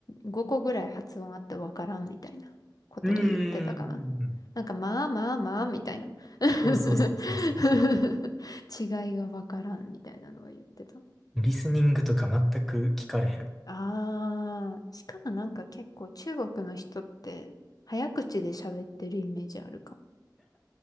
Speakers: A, on the left (about 55°); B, in the centre.
A: 5個ぐらい発音あってわからんみたいなことは言ってたかな。
B: うーん。
A: なんかまあまあまあみたいな <laughs>
B: そうそうそうそうそうそう。
A: 違いがわからんみたいなのは言ってた。
B: リスニングとか全く聞かれへん。
A: ああ、しかもなんか結構中国の人って早口で喋ってるイメージあるかも。